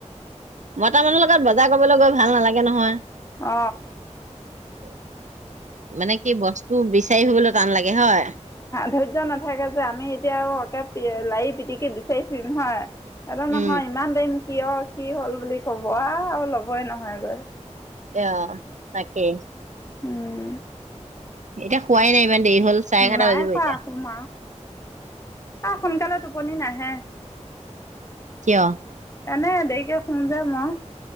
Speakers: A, on the right; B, on the left.
A: মতামানুহৰ লগত বজাৰ কৰিবলৈ গ'ল ভাল নালাগে নহয়
B: অ
A: উ <inaudible> মানে কি বস্তু বেছি বিচাৰি বুলিবলৈ টান লাগে হয়
B: ধৰ্য্য নাথাকে যে আমি এতিয়া আৰু লাইভ পিটিকে বিচাৰি ফুৰিম হয় দাদা
A: উম
B: নহয় ইমান দাম কিয় কি হ'ল বুলি কব আৰু ল'বই নহয় গৈ
A: অ তাকে
B: উম
A: এতিয়া হোৱাই নাই ইমান দেৰি হ'ল চাৰে এঘাৰটা
B: নাই
A: বাজিব
B: শুৱা
A: এতিয়া
B: শুম আৰু সোনকালে টোপনি নাহে হা
A: কিয়
B: এনেই দেৰিকে শুম যে মই।